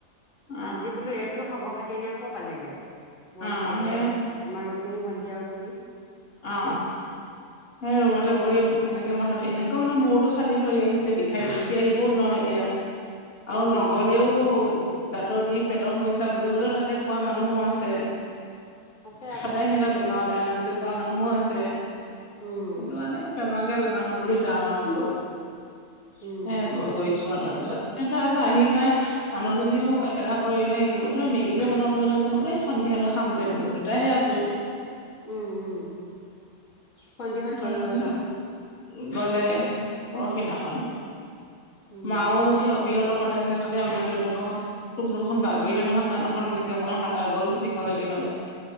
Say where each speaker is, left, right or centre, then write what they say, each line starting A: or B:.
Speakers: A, on the left; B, on the left.
A: অ
B: আজি বোলো এই বোলো খবৰ খাতি ন এক' পালেগে বন
A: অ
B: হেৰিয়ে
A: হে
B: আমাৰ ৰুক্মিণী ভণ্টি আৰু তুমি
A: অ, সেই ৰুমতে বহি এনেকে মাথাটো এনেকা মানে মূোৰতটো ছাতি থৰি আহিছে বিষাই গেচি আহিবও নয় এতিয়া আৰু
B: উম
A: নগলেও
B: উম
A: দাঁতৰ বিষ পেটৰ সমস্যা বুলি গ'লেও তাতে কোৱা মানুহো আছে।
B: আছে আকৌ
A: সদায়
B: আছে
A: সিহঁতৰ বেমাৰ ওলাই ন বুলি কোৱা মানুহো আছে।
B: উম
A: সেইটো মানে বেমাৰকে বেমাৰ নো বুলি যাওঁ আৰু বোলো।
B: উম
A: হে
B: উম
A: গ গৈছো আৰু তাৰ পিছত এটা আছে আহি পাই মানুহজনীও এলাহ কৰিলে হেৰি কৰিব তই মেগী কে বনা বুলি কৈছে ঐ সন্ধিয়া তেতিয়াহলে খাম দে বোলো দুটাহে আছোঁ।
B: উম, উম, ভণ্টিহত
A: তাৰপিছত
B: গ'লোয়ে মাহত
A: গলে পৰখিনাখন
B: উম
A: মাও এই অমিয়তৰ কথা আছে খালি অীয়া দেউতাক তুম তুম খ বাগৰি দলে নহয় কাণ এখন এনেকে অকণমান কাটা গ'ল দীঘলে দীঘলে